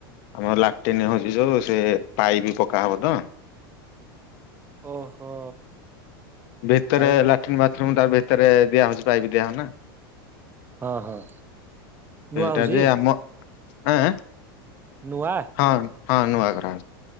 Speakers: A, on the left; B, on the right.
A: ଆମର ଲାଟନ୍ ହେଉଛି ଯୋଉ ସେ ପାଇ ବି ପକାହବ ତ
B: ଓହୋ।
A: ଭିତରେ
B: ଆଉ
A: ଲାଟ୍ରନ୍ ବାଥରୁମ ଟ ଭିତ ଭରେ ଦିଆ ହଉଛି ପାଇ ବିି ଦିଆହଉ ନା
B: ହଁ ହଁ। ନୂଆ
A: ସେଇଟା
B: ହଉଛି
A: ଯେ ଆମ ଆଁ
B: ନୂଆ
A: ହଁ ହଁ ନୂଆ ଘର